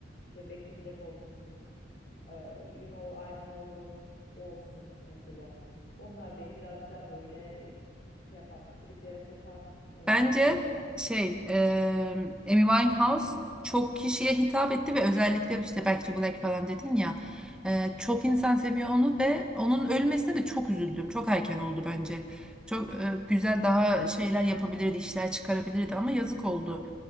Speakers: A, on the left; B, in the centre.
A: işte Back to Black olsun. Eee, You know I'm no good olsun mesela. Onlar beni biraz daha böyle e, şey yapan, triplere sokan e,
B: Bence
A: şarkılar.
B: şey e, Amy Winehouse çok kişiye hitap etti ve özellikle işte Back to Black falan dedin ya e, çok insan seviyor onu ve onun ölmesine de çok üzüldüm. Çok erken oldu bence. Çok e, güzel daha şeyler yapabilirdi, işler çıkarabilirdi ama yazık oldu.